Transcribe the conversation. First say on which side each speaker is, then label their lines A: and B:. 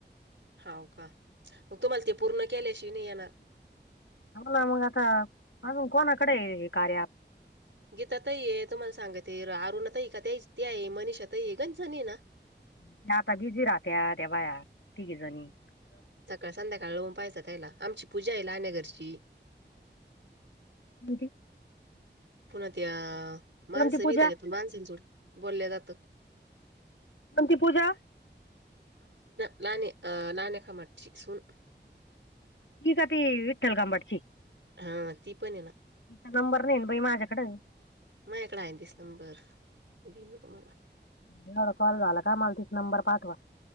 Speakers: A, on the right; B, on the left.
A: होव का? मग तुम्हाला ते पूर्ण केल्याशि नाही येणार.
B: हला मग आता अजून कोणाकडे हे कार्य
A: गीता ताई हैत, तुम्हाला सांगते अरुणातई का तेच ते आहे मनिषा ते गणजनी ना
B: त्या आता बिझी राहत्यात्या बाया, तिघीजणी.
A: सकाळ संध्याकाळऊन पायचपायला, आमची पूजा आहे लाने घरची.
B: <unintelligible>
A: पुन्हा त्या, माणसं
B: कोणती पूजा
A: बीताच्यातून <unintelligible> माणसांजड बोलल्या जात.
B: म ती पूजा
A: नाणे अ नाणेकामची सून
B: ती का ती विठल कामढची? तचा
A: हा ती पण आहे ना
B: नंबर नाही बाई माझ्याकडे.
A: म एकड आहेऐ दिस नंबर, मी देन ना तुम्हाला.
B: एवढा कॉल झाला का, मला तिच नंबर पाठवा.